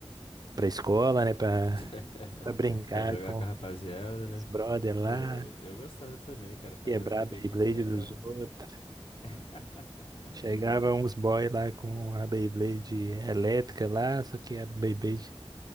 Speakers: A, on the right (about 40°); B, on the left (about 60°).
A: pra escola, né? Pra,
B: <laughs>
A: pra brincar
B: Pra jogar
A: com
B: com a rapaziada, né?
A: os brother lá,
B: Pô, eu gostava também, cara, fazer
A: quebrar
B: umas bebês
A: a Beyblade
B: de ferro.
A: dos outros.
B: <laughs>
A: Chegava uns boy lá com a Beyblade elétrica lá, só que a Beyblade,